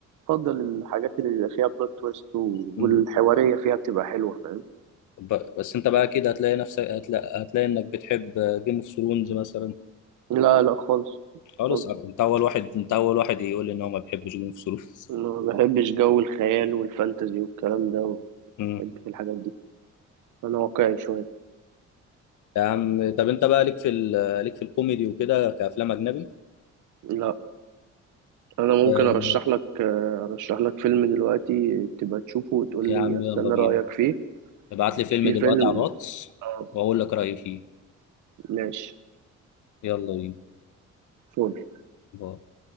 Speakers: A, on the right; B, on the left.
A: بفضل الحاجات اللي بيبقى فيها بلوت تويست و-
B: مم.
A: والحوارية فيها بتبقى حلوة فاهم
B: ب- بس انت بقى كده هتلاقي نفسك هتلاقي, هتلاقي انك بتحب جيم اوف ثرونز مثلا
A: لا لا خالص
B: خالص
A: خالص
B: انت اول واحد انت اول واحد يقول لي ان هو ما بيحبش جيم اوف ثرونز
A: ما بحبش جو الخيال والفانتزي والكلام ده ما
B: <laughs>
A: بحبش الحاجات دي أنا واقعي شوية
B: يا عم طب انت بقى ليك في ال... ليك في الكوميدي وكده كافلام اجنبي
A: لا انا ممكن
B: آه...
A: ارشح لك آه، ارشح لك فيلم دلوقتي تبقى تشوفه وتقول
B: يا
A: لي
B: عم
A: استنى
B: يلا بينا
A: رايك فيه
B: ابعت لي فيلم
A: في
B: دلوقتي
A: فيلم
B: على الواتس
A: آه،
B: واقول لك رأيي فيه
A: ماشي
B: يلا بينا
A: فول
B: باي.